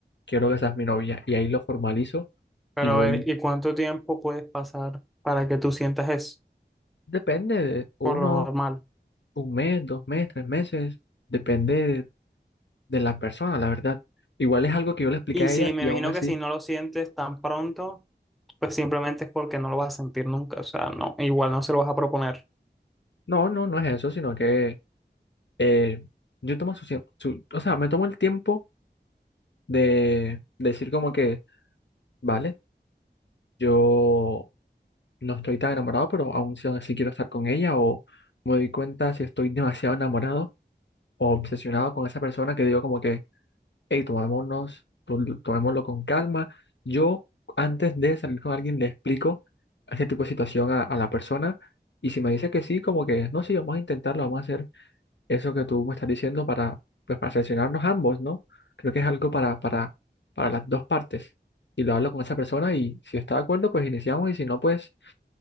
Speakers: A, on the left; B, in the centre.
A: quiero que seas mi novia. Y ahí lo formalizo
B: Pero
A: y voy.
B: a ver, ¿y cuánto tiempo puedes pasar para que tú sientas eso?
A: Depende de uno.
B: Por lo normal.
A: un mes, dos meses, tres meses, depende de, de la persona, la verdad. Igual es algo que yo le expliqué
B: Y
A: a
B: sí,
A: ella
B: me
A: y
B: imagino
A: aún así,
B: que si no lo sientes tan pronto, pues simplemente es porque no lo vas a sentir nunca. O sea, no, igual no se lo vas a proponer.
A: no, no, no es eso, sino que eh, yo tomo su, tiemp- su- o sea, me tomo el tiempo de decir como que, vale, yo no estoy tan enamorado, pero aún si así quiero estar con ella o me doy cuenta si estoy demasiado enamorado o obsesionado con esa persona que digo como que hey, tomémonos, to- tomémoslo con calma. Yo, antes de salir con alguien, le explico ese tipo de situación a, a la persona. Y si me dice que sí, como que, no, sí, vamos a intentarlo, vamos a hacer eso que tú me estás diciendo para, pues, para seleccionarnos ambos, ¿no? Creo que es algo para, para, para las dos partes. Y lo hablo con esa persona y si está de acuerdo, pues iniciamos y si no, pues